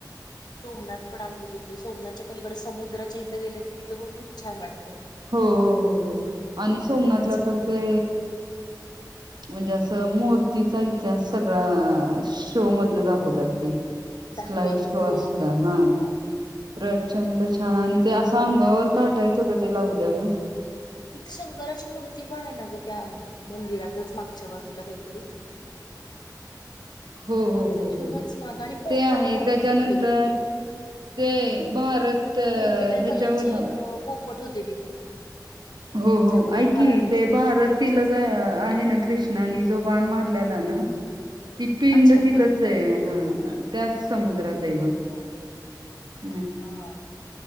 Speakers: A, on the left; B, on the right.
A: सोमनाथ पण आम्ही बघितलय सोमनाथच्या. पलिकड समुद्राच्या इथं गेल कि पण खूप छान वाटत.
B: हो, हो, हो आणि सोमनाथला
A: पलीकडच्या बाजून
B: तर ते म्हणजे, असं मूर्तीचा इतिहास सगळा शो मधनं दाखवतात. ते
A: दाखवतात
B: स्लाइड शो
A: हो
B: असतं.
A: हो महाग
B: हा.
A: आहे
B: प्रचंड छान! आणि ते असं अंगावर काटा येतो, गं ते लावल्यावर.
A: तिथे शंकराची मूर्ती पण आहे, ना ग त्या मंदिरातचं मागच्या च्या बाजूला काहीतरी
B: हो, हो,
A: तिथूनच
B: हो
A: माग आणि पोपट
B: ते आहे
A: भरपूर
B: त्याच्यानंतर
A: होते एक
B: ते भारत अ,
A: वेगवेगळ्या
B: ह्याच्यावर
A: कलरचे
B: ना
A: अ पोपट होते तिथं.
B: हो
A: म्हणजे
B: हो,
A: आपलं
B: ऐक
A: पराणीच
B: कि ते भारत
A: हे
B: तिलक
A: कसे असतात
B: आहे,
A: तिथं
B: ना कृष्णानी जो बाण मारलेला. ती पिंड
A: अच्छा हा
B: तिथंच आहे, हा त्याच समुद्रात आहे बघं.
A: हा हा हा
B: <inaudible>
A: हा.